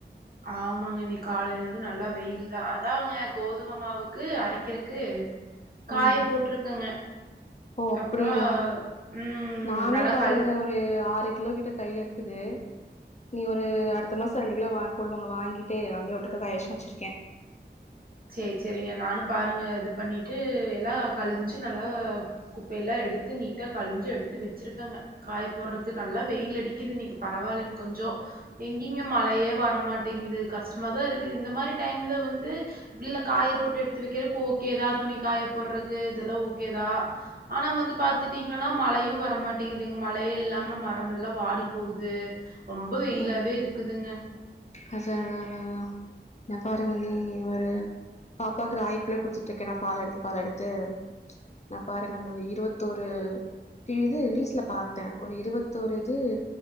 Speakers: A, on the right (about 55°); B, on the left (about 40°).
A: ஆமாங்க இன்னைக்கு காலையில இருந்து நல்லா வெயில் தா அதான்ங்க கோதும மாவுக்கு அரைக்கறக்கு காய
B: ம்
A: போட்டுருக்கங்க
B: ஓ அப்டியா
A: அப்புறோ உம்
B: நானே
A: நல்லா
B: பாருங்க
A: கழு
B: ஒரு ஆறு கிலோ கிட்ட கையில இருக்குது நீ ஒரு அடுத்த மாசோம் ரெண்டு கிலோ வாங் போடுவாங்க வாங்கிட்டு அப்டியே ஒட்டுகாக்கா காயவெச்சிட் வெச்சுருக்கே
A: சேரி செரிங்க நானு பாருங்க இது பண்ணிட்டு எல்லா கழிச்சு நல்லா குப்பை எல்லா எடுத்து நீட்டா கழிஞ்சு எடுத்து வொச்சிருக்கங்க காய போறது நல்லா வெயில் அடிக்குது இன்னைக்கு பரவால்லிங்க கொஞ்சோ எங்கிங்க மழையே வரமாட்டேங்குது கஷ்டமாதா இருக்குது இந்த மாதிரி டைம்ல வந்து உள்ள காய போட்டு எடுத்து வெக்கிறக்கு ஓகேதா துணி காய போட்றக்கு இதல்லா ஓகேதா ஆனா வந்து பாத்துட்டீங்கனா மழையு வரமாட்டேங்குதுங்க மழையே இல்லாம மரம்மெல்லாம் வாடி போகுது ரொம்ப வெயிலாவே
B: ம்
A: இருக்குதுங்க
B: அதா அதாங்ங எல்லா எப்ப பாருங்க நீ ஒரு பாப்பாவுக்கு ராயிக்ககூழே குடுத்துட்டுருக்கே நா பால் எடுத்து பால் எடுத்து நா பாருங்க அந்த இருவத்தோரு இது ரீல்ஸ்ல பாத்தே ஒரு இருவத்தோரு இது